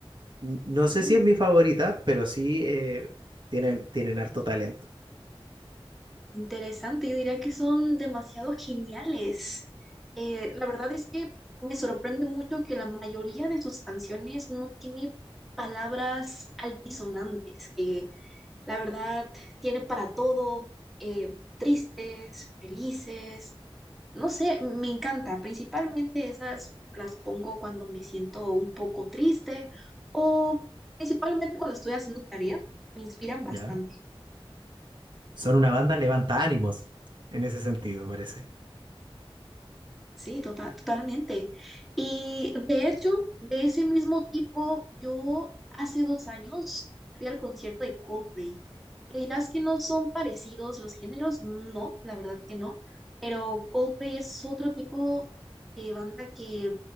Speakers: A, on the right; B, in the centre.
A: N- No sé
B: Mm,
A: si es mi favorita, pero sí eh, tienen, tienen harto talento.
B: interesante, yo diría que son demasiado geniales. Eh, la verdad es que me sorprende mucho que la mayoría de sus canciones no tiene palabras altisonantes, que La verdad, tiene para todo, eh, tristes, felices, no sé, me encanta. Principalmente esas las pongo cuando me siento un poco triste o principalmente cuando estoy haciendo tarea, me inspiran bastante.
A: ¿Ya? Son una banda levanta ánimos, en ese sentido, parece.
B: Sí, tota- totalmente. Y de hecho, de ese mismo tipo, yo hace dos años fui al concierto de Coldplay. Me dirás que no son parecidos los géneros, no, la verdad que no, pero Coldplay es otro tipo de banda que